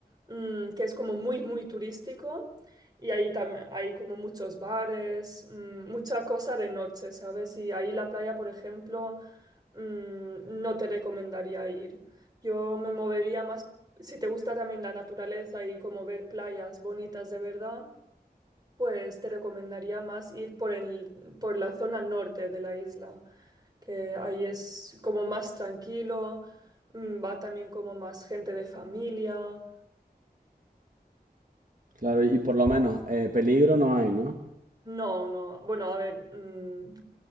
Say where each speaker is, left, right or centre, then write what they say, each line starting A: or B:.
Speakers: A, on the right; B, on the right.
A: mm, que es como muy, muy turístico y ahí también hay como muchos bares, mm, mucha cosa de noche, ¿sabes? Y ahí la playa, por ejemplo, mm, no te recomendaría ir. Yo me movería más, si te gusta también la naturaleza y como ver playas bonitas de verdad, pues te recomendaría más ir por el, por la zona norte de la isla, que ahí es como más tranquilo, mm, va también como más gente de familia.
B: Claro, y por lo menos eh, peligro no hay, ¿no?
A: No, no, bueno, a ver, mm,